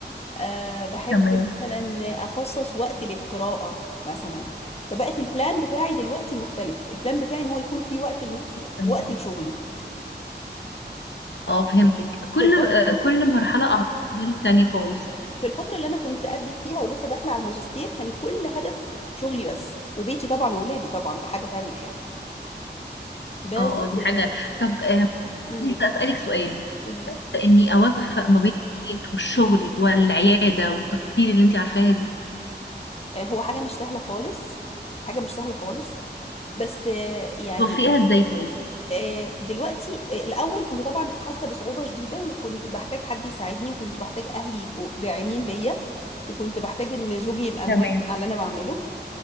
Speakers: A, on the left (about 35°); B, on the left (about 80°).
A: آه، بحب
B: تمام
A: مثلا أخصص وقت للقراءة مثلا فبقت البلان بتاعي دلوقتي مختلف البلان بتاعي إن هو يكون في وقت لنفسي
B: تمام
A: ووقت لشغلي
B: اه فهمتك كل
A: في الفترة
B: آه كل مرحله اعتقد غير التانيه خالص
A: في الفترة اللي أنا كنت قدك فيها ولسه داخلة على الماجستير كان كل هدفي شغلي بس وبيتي طبعا وولادي طبعا ده حاجة تانية يعني بس
B: اه اه دي حاجه طب آه
A: امم
B: عايزة أسألك سؤال
A: قولي
B: شايفة إني أوفق ما بين البيت والشغل والعيادة والتفاصيل اللي أنت عارفاها دي
A: آه، هو حاجة مش سهلة خالص حاجة مش سهلة خالص بس آه، يعني
B: توفقيها
A: لم-
B: إزاي طيب؟
A: آه، دلوقتي آه، الأول كنت طبعا حاسة بصعوبة شديدة وكنت بحتاج حد يساعدني وكنت بحتاج أهلي يبقوا داعمين ليا وكنت بحتاج ان زوجي يبقى
B: تمام
A: موافق على اللي انا بعمله